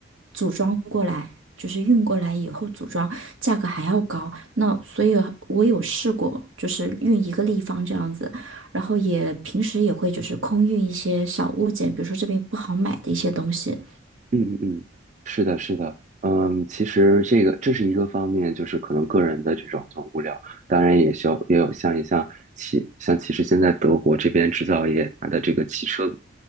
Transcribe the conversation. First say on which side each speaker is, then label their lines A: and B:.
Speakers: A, on the right; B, on the right.
A: 组装过来。就是运过来以后组装，价格还要高。那所以我有试过，就是运一个立方这样子，然后也平时也会就是空运一些小物件，比如说这边不好买的一些东西。
B: 嗯嗯嗯，是的，是的，嗯，其实这个这是一个方面，就是可能个人的这种这种无聊，当然也需要也有像一像汽像其实现在德国这边制造业它的这个汽车